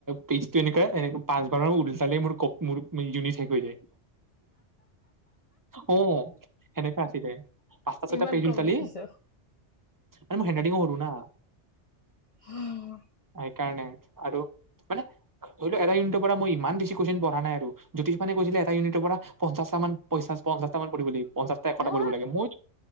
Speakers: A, on the right (about 20°); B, on the left (about 45°).
A: পেইজটো এনেকে এনেক পাঁচবাৰ মান উলালে মোৰ ক মোৰ মোৰ ইউনিট শেষ হৈ যায়। অ, ' সেনেকা আছিলে, পাচটা ছয়টা
B: ইমান
A: পেজ উল্টালেই,
B: কম লিখিছো
A: আৰু মোৰ হেণ্ডৰাইটিঙো সৰু না।
B: হম।
A: সেইকাৰণে আৰু মানে এটা ইউনিটৰ পৰা মই ইমান বেছি কুৱেশচন পঢা নাই আৰু জ্যোতিষ্মানে কৈছিলে এটা ইউনিটৰ পৰা পঞ্চাশটা মান পঞ্চাশটা মান পঢ়িব লাগিব পঞ্চাশটা এশটা
B: অ
A: লাগে মই